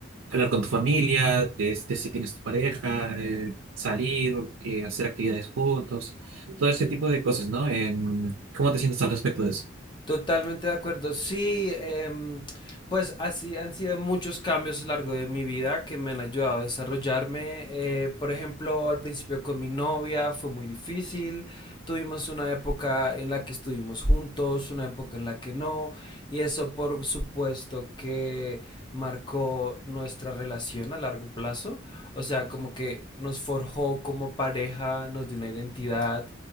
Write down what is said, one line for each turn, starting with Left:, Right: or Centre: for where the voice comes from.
Right: hablar con tu familia, de, este, si tienes tu pareja, eh, salir, eh, hacer actividades juntos, todo ese tipo de cosas, ¿no? Em, ¿cómo te sientes al respecto de eso?
Left: Totalmente de acuerdo. Sí, em, pues así han sido muchos cambios a lo largo de mi vida que me han ayudado a desarrollarme. Eh, por ejemplo, al principio con mi novia fue muy difícil. Tuvimos una época en la que estuvimos juntos, una época en la que no. Y eso por supuesto que marcó nuestra relación a largo plazo. O sea, como que nos forjó como pareja, nos dio una identidad.